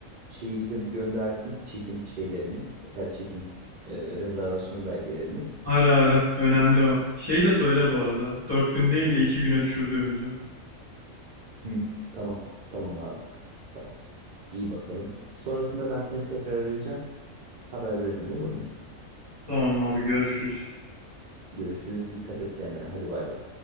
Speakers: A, on the right (about 80°); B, on the left (about 20°).
A: şeyi bize bir göndersin. Check-in şeylerini. Otel check-in eee, rezervasyon belgelerini.
B: Ara ara, önemli o. Şey de söyle bu arada, 4 gün değil
A: <laughs>
B: de 2 güne düşürdüğümüzü.
A: Hı, tamam. Tamam abi. Tamam. İyi bakalım. Sonrasında ben seni tekrar arayacağım. Haber veririm olur mu?
B: Tamam abi görüşürüz.
A: Görüşürüz. Dikkat et kendine. Hadi bay bay.